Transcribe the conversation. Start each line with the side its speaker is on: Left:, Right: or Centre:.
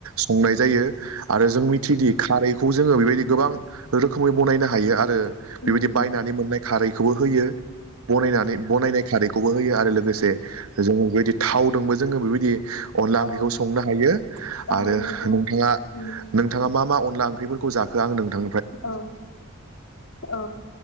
Right: संनाय जायो। आरो जों मिथिदि खारैखौ जोङो बेबायदि गोबां रोखोमै बनायनो हायो आ रो
Left: उम
Right: बेबायदि बायनानै मोननाय खारैखौबो होयो। बनायनानै
Left: उम
Right: बनायनाय खारैखौबो होयो आरो लोगोसे जोङो बेबायदि थावदोंबो जोङो बेबायदि अनला ओंख्रिखौ
Left: औ औ
Right: संनो हायो
Left: औ
Right: आरो
Left: नंगौ
Right: नोंथाङा
Left: उम
Right: नोंथाङा मा मा अनला ओंख्रिफोरखौ जाखो? आं नोंथां
Left: औ औ